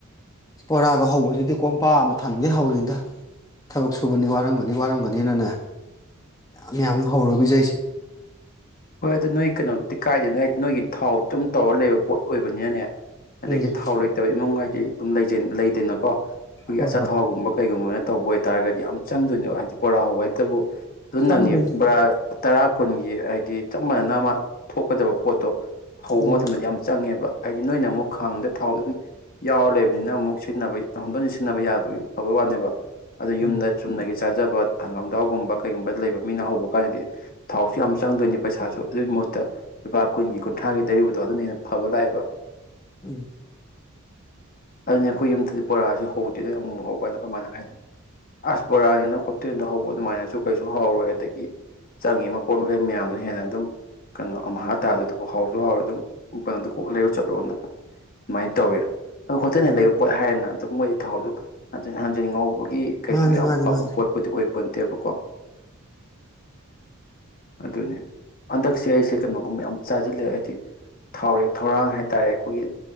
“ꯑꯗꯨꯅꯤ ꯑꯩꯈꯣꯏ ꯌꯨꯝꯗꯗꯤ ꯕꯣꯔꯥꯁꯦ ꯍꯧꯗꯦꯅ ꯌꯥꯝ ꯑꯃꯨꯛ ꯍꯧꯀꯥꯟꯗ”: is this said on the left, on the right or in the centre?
Left